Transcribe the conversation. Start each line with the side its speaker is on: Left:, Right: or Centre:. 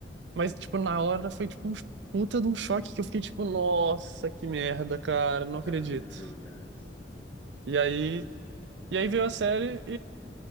Right: mas, tipo, na hora foi, tipo, um puta de um choque que eu fiquei, tipo, nossa, que merda, cara, não acredito.
Left: cara, o jogo, é,
Right: E aí.
Left: é.
Right: E aí veio a série